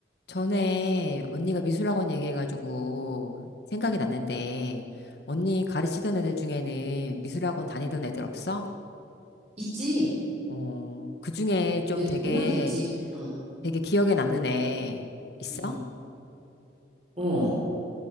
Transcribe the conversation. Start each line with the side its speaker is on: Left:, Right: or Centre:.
Left: 전에 언니가 미술학원 얘기해가지고 생각이 났는데, 언니 가르치던 애들 중에는 미술학원 다니던 애들 없어?
Right: 있지.
Left: 어, 그 중에 좀
Right: 몇,
Left: 되게,
Right: 몇 명 됐지. 응,
Left: 되게 기억에 남는 애 있어?
Right: 응, 어.